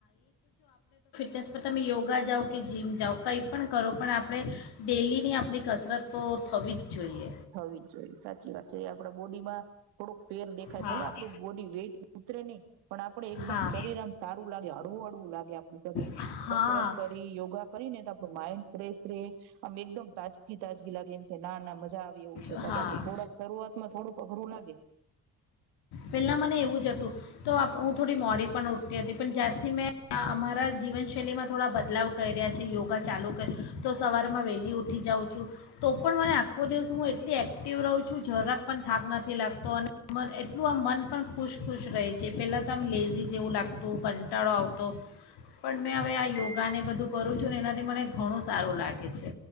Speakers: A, on the left; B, on the right.
A: તેસ પર તમે યોગા જાઓ. કે જીમ જાઓ કંઈ પણ કરો પણ આપણે ડેલીની આપણી કસરત તો થવી જ જોઈએ.
B: થવી જ જોઈએ સાચી વાત છે આપડા બોડીમાં થોડુંક. ફેર દેખાય
A: હા
B: ભલે આપણું બોડી વેઇટ ઉતરે નહીં પણ આપડ એકદમ
A: હા
B: શરીર આમ સારું લાગે હળવું હળવું લાગે આપણું શરીર
A: હા
B: કસરત કરી યોગા કરીને તો આપણું માઈન્ડ ફ્રેશ રહે આમ એકદમ તાજગી તાજગી લાગે એમ કે ના ના મજા. એવું છે
A: હા
B: <unintelligible> થોડાક શરૂઆતમાં થોડું અઘરું લાગે.
A: પહેલા મને એવું જ હતું તો હું થોડી મોડી પણ ઉઠતી હતી પણ જ્યારથી મેં અમારા જીવનશૈલીમાં થોડા બદલાવ કર રહ્યા છે યોગા ચાલુ કરી તો સવારમાં વહેલી ઉઠી જાઉં છું તો પણ મને આખો દિવસ હું એટલી એક્ટિવ રહું છું જરાક પણ થાક નથી લાગતો અને. એટલું આ મન પણ ખુશ ખુશ રહે છે પહેલાં તો આમ લેઝી જેવું લાગતું કંટાળો આવતો પણ મેં હવે આ યોગાને બધું કરું છું ને એનાથી મને ઘણું સારું લાગે છે.